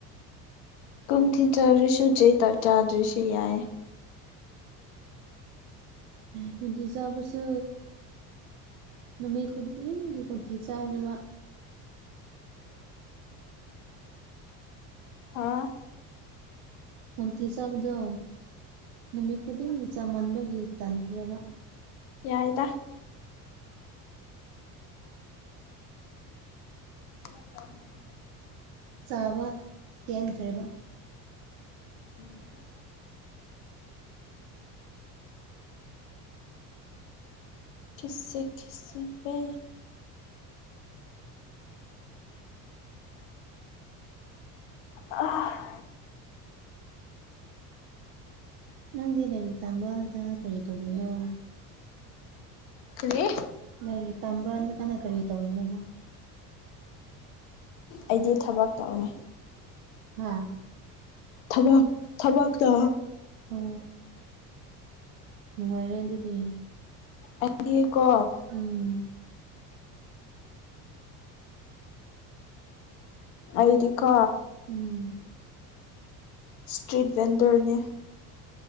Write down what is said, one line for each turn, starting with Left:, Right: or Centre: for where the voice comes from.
Left: ꯀꯨꯝꯊꯤ ꯆꯥꯔꯁꯨ ꯆꯩꯇ ꯆꯥꯗ꯭ꯔꯁꯨ ꯌꯥꯏ꯫
Right: ꯀꯨꯟꯗꯤꯖꯕꯁꯨ꯫ ꯅꯨꯃꯤꯠ ꯈꯨꯗꯤꯡꯒꯤ ꯀꯣꯟꯊꯤ ꯆꯥꯔꯤꯕ
Left: ꯍꯥ
Right: ꯟꯇꯤ ꯆꯥꯕꯗꯣ ꯅꯨꯃꯤꯠ ꯈꯨꯗꯤꯡꯒꯤ ꯆꯃꯟꯕꯒꯤ ꯇꯥꯟꯈ꯭ꯔꯦꯕ
Left: ꯌꯥꯏꯗ <inaudible>
Right: ꯆꯥꯕ ꯄꯦꯟꯈ꯭ꯔꯦꯕ
Left: <inaudible> ꯀꯤꯁꯦ ꯈꯤꯁꯦ ꯄꯦ ꯑꯥꯍꯥ
Right: ꯅꯪꯗꯤ ꯂꯥꯏꯔꯤꯛ ꯇꯥꯝꯕ ꯅꯠꯇ ꯀꯔꯤ ꯇꯧꯔꯤꯅꯣ?
Left: ꯀꯔꯤ
Right: ꯂꯥꯏꯔꯤꯛ ꯇꯝꯕ꯭ꯔꯥ ꯅꯠꯇꯅ ꯀꯔꯤ ꯇꯧꯔꯤꯅꯣꯕ
Left: ꯑꯩꯗꯤ ꯊꯕꯛ ꯇꯧꯋꯦ꯫
Right: ꯍꯥꯥ
Left: ꯊꯕꯛ ꯊꯕꯛꯋꯦ꯫
Right: ꯑꯣ ꯅꯨꯡꯉꯥꯏꯔꯦ ꯑꯗꯨꯗꯤ
Left: ꯑꯩꯗꯤ ꯀꯣ
Right: ꯎꯝ
Left: ꯑꯩꯗꯤ ꯀꯣ
Right: ꯎꯝ
Left: ꯏꯁꯇ꯭ꯔꯤꯠ ꯚꯦꯟꯗꯔꯅꯦ꯫